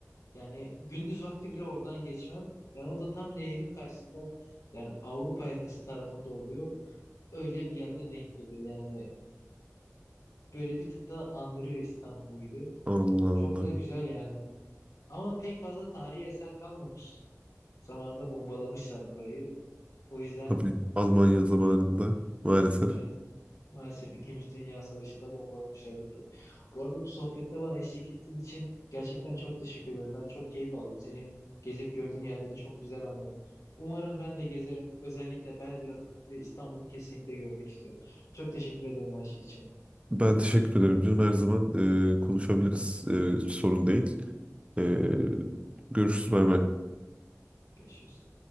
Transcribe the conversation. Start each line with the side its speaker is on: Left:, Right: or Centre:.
Left: Yani gündüz vakti bile oradan geçmem. Yani o da tam nehrin karşısında yani Avrupa yakası tarafında oluyor. Öyle bir yerde denk geliyor. Yani böyle bir tık da andırıyor İstanbul gibi.
Right: Allah
Left: Çok
Right: Allah.
Left: da güzel yani. Ama pek fazla tarihi eser kalmamış. Zamanında bombalamışlar burayı. O yüzden
Right: Tabii Almanya zamanında maalesef.
Left: Evet. Maalesef İkinci Dünya Savaşı'nda bombalamışlardı. Bu arada bu sohbette bana eşlik ettiğin için gerçekten çok teşekkür ederim. Ben çok keyif aldım. Senin gezip gördüğün yerleri çok güzel anladım. Umarım ben de gezerim. Özellikle Belgrad'ı ve İstanbul'u kesinlikle görmek istiyorum. Çok teşekkür ederim her şey için.
Right: Ben teşekkür ederim canım. Her zaman e, konuşabiliriz. E, hiç sorun değil. E, görüşürüz. Bay bay.
Left: Görüşürüz.